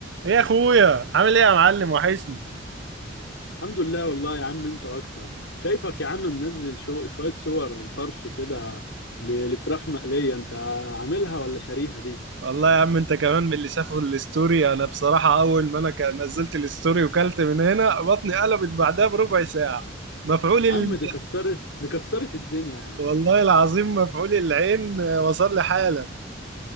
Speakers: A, on the right; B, on the left.
A: ايه يا اخويا عامل ايه يا معلم وحشني
B: الحمد لله والله يا عم انت اكتر شايفك يا عم منزل شو شوية صور طرش كده ل- لفراخ مقلية انت عاملها ولا شاريها دي
A: والله يا عم انت كمان من اللي شافوا الستوري انا بصراحة اول ما انا كان- نزلت الستوري وكلت من هنا بطني قلبت بعدها بربع ساعة مفعول
B: يا
A: ال...
B: عم دي كسرت دي كسرت الدنيا يا عم
A: والله العظيم مفعول العين آه، وصل لي حالة